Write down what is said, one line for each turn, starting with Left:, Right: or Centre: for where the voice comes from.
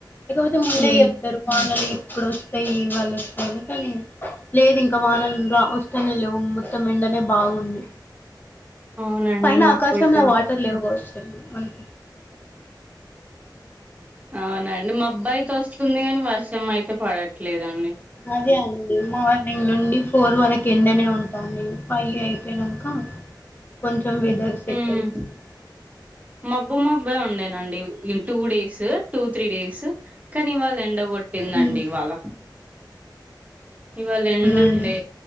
Left: లేకపోతే ముందే
Right: ఉమ్
Left: చెప్తారు వానలు ఇక్కడ వస్తాయి వాళ్ళు వస్తాని కానీ లేదు ఇంకా వానలుగా వస్తానే లేవు త్తం ఎండనే బావుంది
Right: అవునండి
Left: పైన
Right: మాకైతే
Left: ఆకాశంల వా టర్ లేవు కావచ్చు అండి
Right: అవునండి మబ్బు అయితే వస్తుంది కాని వర్షం అయితే పడట్లేదండి
Left: అదే అండి మార్నింగ్ నుండి ఫోర్ వరకి ఎండనే ఉంటాడి ఫై అయిపోయినాక కొంచెం వెదర్ సెట్
Right: ఉమ్
Left: అయిపోయింది
Right: మబ్బు మబ్బు ఉండేనండి ఇగ two days two three days కానీ ఇవాళ ఎండగొట్టిందండి
Left: ఉమ్
Right: ఇవాళ ఇవాళ ఎండ
Left: అవునండి
Right: ఉండే